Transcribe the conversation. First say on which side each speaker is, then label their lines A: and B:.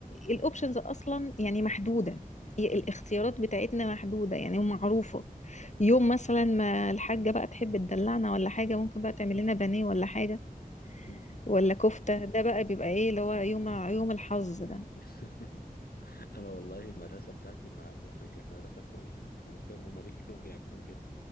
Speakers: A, on the left (about 50°); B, on the left (about 85°).
A: الاوبشنز اصلا يعني محدودة هي
B: مم.
A: الاختيارات بتاعتنا محدودة يعني ومعروفة يوم مثلا ما الحاجة بقى تحب تدلعنا ولا حاجة ممكن بقى تعمل لنا بانيه ولا حاجة
B: مم.
A: ولا كفتة ده بقى بيبقى ايه اللي هو يوم يوم الحظ ده
B: <laughs> انا والله المدرسه بتاعتي ما والله كانت مدرسه كويسه انا مش فاهم هما ليه كانوا بيعملوا كده